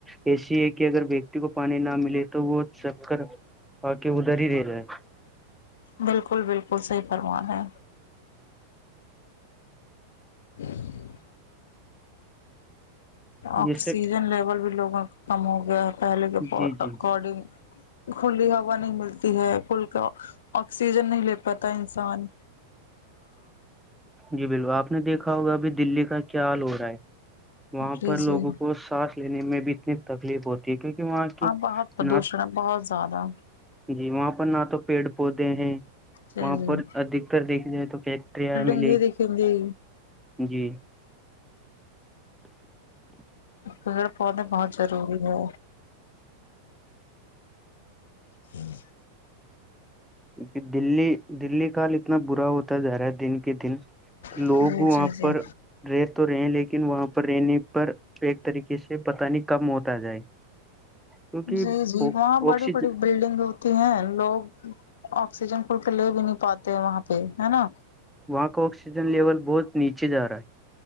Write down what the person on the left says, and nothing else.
بالکل بالکل صحیح فرمان ہے ہ آکسیجن
لیول بھی لوگوں کم ہو گیا ہے پہلے کے
اکارڈنگ کھلی ہوا نہیں ملتی ہے پلکا آکسیجن نہیں لے پاتا انسان
جی
جی
بہت پردوشن
ہے بہت زیادہ
جی
جی
ندی دیکھیںندی
پڑ پودے بہت ضروری ہے ہوں
جی
جی جی
جی جی وہاں بڑی
بڑی بلڈنگ ہو ہیں لوگ آکسیجن کھل کے لے بھی نہیں پاتے ہیں وہاں پہ ہے نا